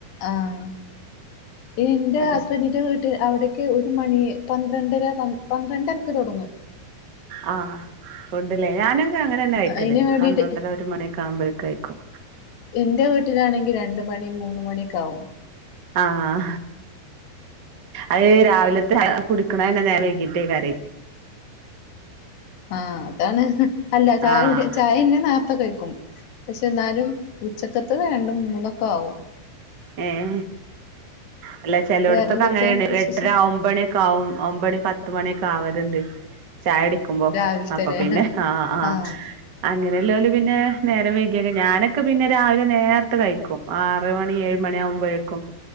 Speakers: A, on the left; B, on the right.
A: ആഹ് എന്റെ
B: അതെ
A: ഹസ്ബൻഡിന്റെ വീട് അവിടേക്ക് ഒരു മണി പന്ത്രണ്ടര പന്ത്രണ്ടരക്ക് തൊടങ്ങും
B: ആഹ് ഫുണ്ടല്ലേ ഞാനൊക്കെ അങ്ങനന്നെ കൈയിക്കല്
A: അതിന് വേണ്ടിട്ട്
B: പന്ത്രണ്ടര ഒരു മണിയൊക്കെ ആവുംമ്പഴ്ക്കെ കൈക്കും
A: എന്റെ വീട്ടിലാണെങ്കി രണ്ട് മണി മൂന്ന് മണിയൊക്കാവും.
B: ആഹ് അത് രാവിലത്തെ കുടിക്കണന്നെ നേരം വൈകീട്ടേക്കാറി
A: ആഹ് അതാണ് അല്ല ചായകുടി
B: ആഹ്
A: ചായന്റെ നേര്ത്ത കഴിക്കും പക്ഷെ എന്നാലും ഉച്ചക്കത്തത് രണ്ടും മൂന്നൊക്കെ ആവും
B: ഏഹ് അല്ല ചെലട്ത്തൊക്കെ
A: വേറെ എന്തൊക്കെയാ
B: അങ്ങനെയാണ്
A: വിശേഷം
B: എട്ടര ഒംമ്പണി ക്കാവും ഒമ്പണി പത്ത് മണിയൊക്കാവലുണ്ട് ചായുടി ക്കുമ്പോ
A: രാവിലത്തെല്ലേ
B: അപ്പൊ പിന്നെ ആ ആ
A: ആഹ്
B: അങ്ങനെയുല്ലോലു പിന്നെ നേരം വൈക്കീക്ക ഞാനൊക്കെ പിന്നെ രാവിലെ നേര്ത്തെ കഴിക്കും ആറ് മണി ഏഴ് മണിയാവുംമ്പഴേക്കും